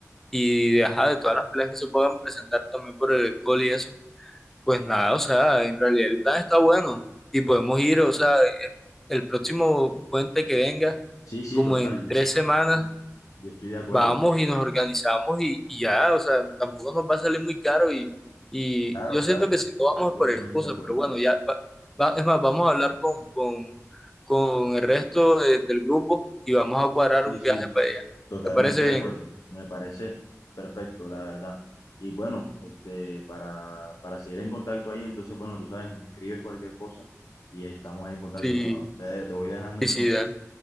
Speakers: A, in the centre; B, on the left.
A: y de, ajá, de todas las peleas que se puedan presentar también por el alcohol y eso, pues nada, o sea, en realidad el plan está bueno y podemos ir, o sea, eh, el próximo puente que venga,
B: Sí, sí,
A: como
B: total.
A: en
B: Yo,
A: tres semanas,
B: yo estoy yo estoy de acuerdo.
A: vamos y nos organizamos y, y ya, o sea, tampoco nos va a salir muy caro y, y
B: Claro,
A: yo
B: claro.
A: siento que si no
B: Estoy
A: vamos
B: totalmente
A: es por excusa,
B: de acuerdo.
A: pero bueno, ya, va- va- es más, vamos a hablar con, con, con el resto de- del grupo y vamos a cuadrar
B: Sí,
A: un
B: sí,
A: viaje para allá.
B: totalmente
A: ¿Te parece
B: de
A: bien?
B: acuerdo. Me parece perfecto, la verdad. Y bueno, este, para, para seguir en contacto ahí, entonces, bueno, tú sabes, me escribes cualquier cosa y ahí estamos ahí en contacto,
A: Sí,
B: Fernando. Te, te voy dejando
A: sí,
B: entonces.
A: sí, dale,